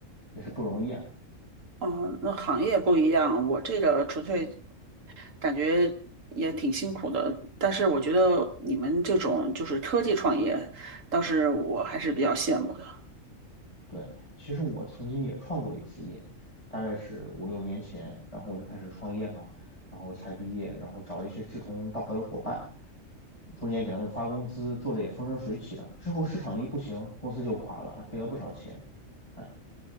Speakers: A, on the left; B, on the right.
A: 也是不容易啊。
B: 哦，那行业不一样，我这个纯粹感觉也挺辛苦的，但是我觉得你们这种就是科技创业，倒是我还是比较羡慕的。
A: 对，其实我曾经也创过一次业，大概是五六年前，然后我就开始创业嘛，然后才毕业，然后找了一些志同道合的伙伴，中间给他们发工资，做的也风生水起的，之后市场一不行，公司就垮了，还赔了不少钱。哎。